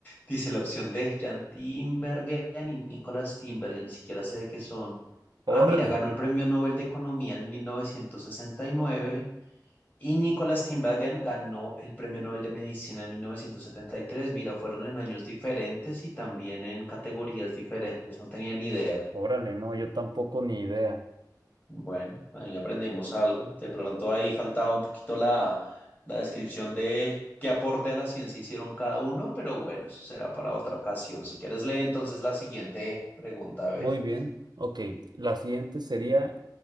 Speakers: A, on the left; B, on the right.
A: Dice la opción D, Jan Timbergen y Nicolás Timbergen, ni siquiera sé de qué son.
B: Órale,
A: Ah, mira, ganó el Premio Nobel de Economía en 1969 y Nicholas Tinbergen ganó el Premio Nobel de Medicina en 1973. Mira, fueron en años diferentes y también en categorías diferentes. No tenía ni idea.
B: órale, no, yo tampoco ni idea.
A: Bueno, ahí aprendemos algo. De pronto ahí faltaba un poquito la, la descripción de qué aporte a la ciencia hicieron cada uno, pero bueno, eso será para otra ocasión. Si quieres, lee entonces la siguiente pregunta. A ver.
B: Muy bien, ok. La siguiente sería,